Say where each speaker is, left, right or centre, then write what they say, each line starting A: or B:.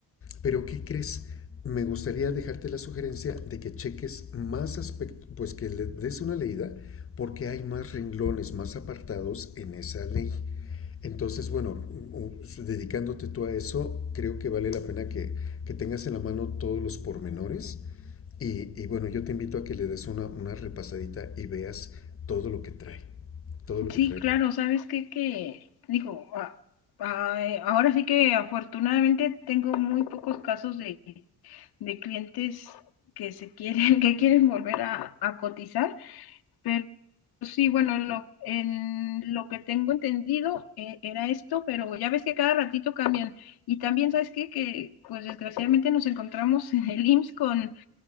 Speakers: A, on the left; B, on the left.
A: Pero ¿qué crees? Me gustaría dejarte la sugerencia de que cheques más aspectos, pues que le des una leída, porque hay más renglones, más apartados en esa ley. Entonces, bueno, dedicándote tú a eso, creo que vale la pena que, que tengas en la mano todos los pormenores. Y, y, bueno, yo te invito a que le des una, una repasadita y veas todo lo que trae. Todo lo
B: Sí,
A: que trae.
B: claro, ¿sabes qué? Que, digo, a- a- eh, ahora sí que afortunadamente tengo muy pocos casos de de clientes que se quieren, <laughs> que quieren volver a, a cotizar, pero sí, bueno, en lo, en lo que tengo entendido eh, era esto, pero ya ves que cada ratito cambian. Y también, ¿sabes qué? Que pues desgraciadamente nos encontramos en el IMSS con